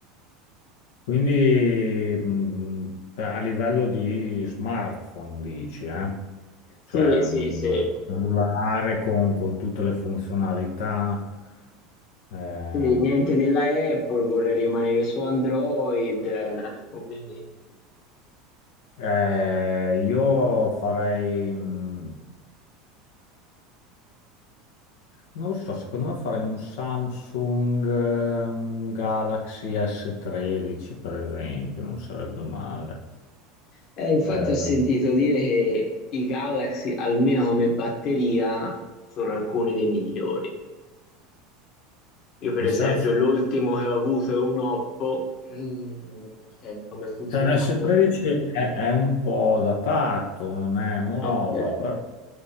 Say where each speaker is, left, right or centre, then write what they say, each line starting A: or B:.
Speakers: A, on the left; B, on the left.
A: Quindi mh, a livello di smartphone dici, eh? Cioè
B: Sì, sì,
A: mh,
B: sì.
A: cellulare con, con tutte le funzionalità. eh,
B: Sì, niente della Apple, vorrei rimanere su Android, eh, ovviamente.
A: eh, io farei, mh, non lo so, secondo me farei un Samsung ehm, Galaxy S13 per esempio, non sarebbe male.
B: Eh, infatti
A: Eh,
B: ho sentito dire che i Galaxy, almeno come batteria, sono alcuni dei migliori. Io, per
A: il
B: esempio,
A: Samsung
B: l'ultimo che ho avuto è un Oppo, Mm, nel senso, come funzionalità,
A: Cioè, un S13
B: no.
A: è, è un po' datato, non è nuovo,
B: Ok,
A: però